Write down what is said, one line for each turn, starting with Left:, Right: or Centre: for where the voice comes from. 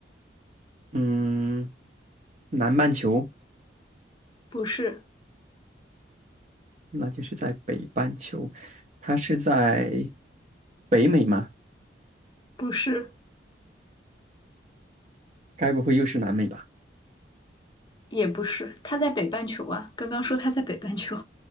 Right: 嗯，南半球。
Left: 不是，
Right: 那就是在北半球，它是在北美吗？
Left: 不是，
Right: 该不会又是南美吧？
Left: 也不是，它在北半球啊。刚刚说它在北半球，